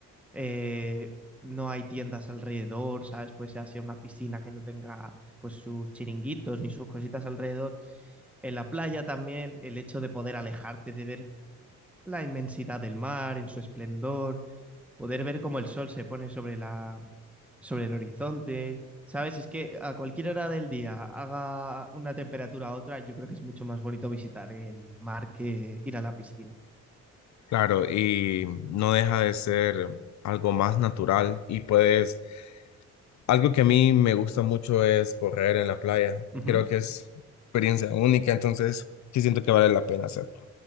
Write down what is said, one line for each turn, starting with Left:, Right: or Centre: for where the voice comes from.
Centre: eh, no hay tiendas alrededor, ¿sabes? Pues ya sea una piscina que no tenga pues sus chiringuitos ni sus cositas alrededor. En la playa también, el hecho de poder alejarte, de ver la inmensidad del mar en su esplendor, poder ver cómo el sol se pone sobre la, sobre el horizonte. ¿Sabes? Es que a cualquier hora del día haga una temperatura u otra, yo creo que es mucho más bonito visitar el mar que ir a la piscina.
Left: Claro, y no deja de ser algo más natural y puedes Algo que a mí me gusta mucho es correr en la playa.
Centre: Ujú.
Left: Creo que es experiencia única, entonces sí siento que vale la pena hacerlo.